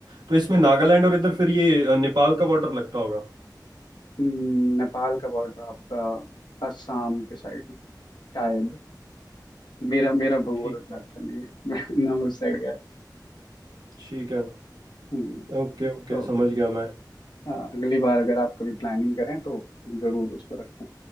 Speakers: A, on the right; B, on the left.
A: तो इसमें नागालैंड और इधर फिर ये अ, नेपाल का बॉर्डर लगता होगा
B: हम्म, नेपाल का बॉर्डर आपका असम के साइड में शायद मेरा मेरा भूगोल
A: ठीक
B: उतना
A: है
B: अच्छा नहीं है <laughs> मैं ना मैं उस साइड गया
A: ठीक है
B: हम्म,
A: ओके ओके
B: तो
A: समझ गया मैं
B: आ, अगली बार अगर आप कभी प्लानिंग करें तो जरूर उसको रखें